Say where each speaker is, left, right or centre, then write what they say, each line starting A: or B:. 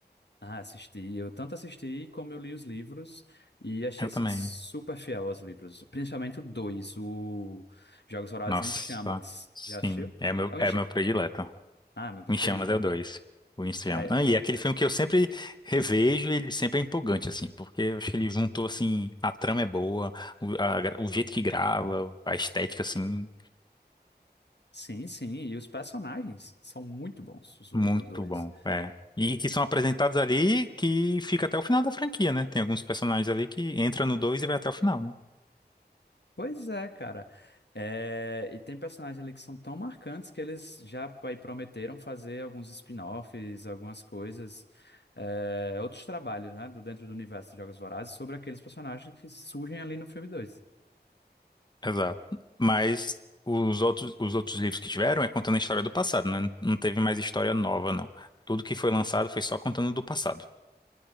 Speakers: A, on the left; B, on the left.
A: Ah, assisti. Eu tanto assisti como eu li os livros e achei
B: Eu
A: assim
B: também.
A: super fiel aos livros, principalmente o dois, o Jogos Vorazes
B: Nossa,
A: em Chamas.
B: sim.
A: Já assistiu?
B: É meu,
A: É o
B: é
A: em
B: meu predileto.
A: Ah, meu preferido
B: O Em Chamas
A: também.
B: é o dois. O Em Chamas.
A: É,
B: Ah, e é aquele filme que eu sempre revejo e ele sempre é empolgante, assim, porque eu acho que ele juntou, assim, a trama é boa, o, a gra- o jeito que grava, a estética, assim,
A: sim, sim. E os personagens são muito bons os do
B: muito
A: dois.
B: bom. É. E que são apresentados ali que fica até o final da franquia, né? Tem alguns personagens ali que entram no dois e vai até o final, né?
A: Pois é, cara. É, e tem personagens ali que são tão marcantes que eles já aí prometeram fazer alguns spin-offs, algumas coisas, é, outros trabalhos, né, do dentro do universo de Jogos Vorazes sobre aqueles personagens que surgem ali no filme dois
B: Exato. Mas os outros, os outros livros que tiveram é contando a história do passado, né? Não teve mais história nova, não. Tudo que foi lançado foi só contando do passado,